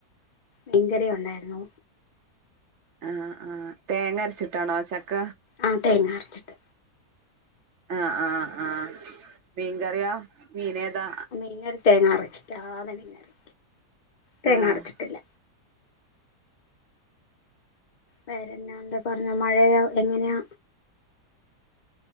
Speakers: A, on the left; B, on the right.
A: മീൻകറി ഉണ്ടായിരുന്നു
B: ആഹ് ആഹ് തേങ്ങ അരച്ചിട്ടാണോ ചക്ക
A: ആഹ് തേങ്ങ അരച്ചിട്ട്
B: ആഹ് ആഹ് ആഹ് മീൻകറിയോ മീൻ ഏതാ
A: മീൻക്കറി തേങ്ങ അരച്ചിട്ടല്ലാതെ മീൻകറി തേങ്ങ
B: ആഹ്
A: അരച്ചിട്ടില്ല വേറെന്താണ്ട് പറഞ്ഞോ മഴയോ എങ്ങനെയാ